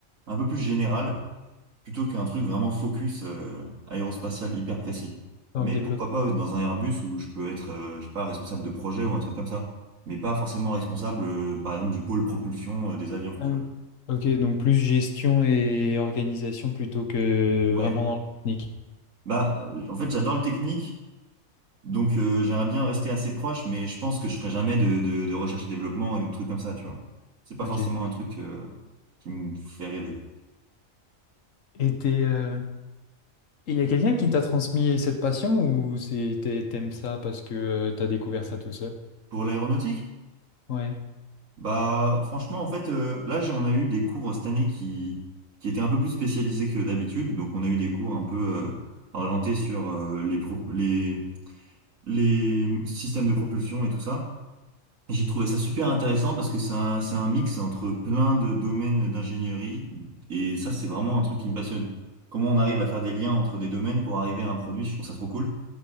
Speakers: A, on the right; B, on the left.
A: un peu plus général, plutôt qu'un truc vraiment focus euh, aérospatial hyper précis.
B: dans
A: Mais
B: le développement.
A: pourquoi pas euh, dans un Airbus où je peux être, euh, je sais pas, responsable de projet ou un truc comme ça. Mais pas forcément responsable, euh, par exemple, du pôle propulsion euh, des avions, tu
B: Ah oui.
A: vois.
B: Ok, donc plus gestion et organisation plutôt que
A: Ouais,
B: vraiment dans le technique.
A: bah euh, en fait j'adore le technique, donc euh, j'aimerais bien rester assez proche, mais je pense que je ferai jamais de, de, de recherche et développement et de trucs comme ça, tu vois. C'est pas
B: Ok.
A: forcément un truc euh, qui me fait rêver.
B: Et t'es, euh, et y a quelqu'un qui t'a transmis cette passion ou c'est, t'es- t'aimes ça parce que tu as découvert ça tout seul?
A: Pour l'aéronautique,
B: Ouais.
A: bah franchement en fait euh, là j'ai- on a eu des cours euh, cette année qui qui étaient un peu plus spécialisés que d'habitude, donc on a eu des cours un peu euh, orientés sur euh, les, pro- les les systèmes de propulsion et tout ça. J'ai trouvé ça super intéressant parce que c'est un, c'est un mix entre plein de domaines d'ingénierie et ça, c'est vraiment un truc qui me passionne. Comment on arrive à faire des liens entre des domaines pour arriver à un produit, je trouve ça trop cool.